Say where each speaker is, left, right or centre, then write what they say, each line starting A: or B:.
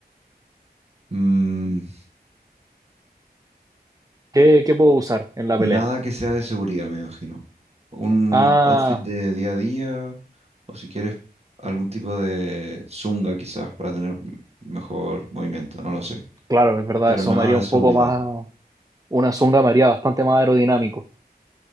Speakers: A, on the right (about 40°); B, on the right (about 20°).
A: Mm,
B: ¿Qué, qué puedo usar en la
A: nada
B: pelea?
A: que sea de seguridad, me imagino. Un
B: Ah,
A: outfit de día a día, o si quieres, algún tipo de zunga quizás para tener mejor movimiento, no lo sé.
B: claro, es verdad,
A: Pero
B: eso
A: nada
B: me haría
A: de
B: un
A: seguridad,
B: poco más, una zunga me haría bastante más aerodinámico.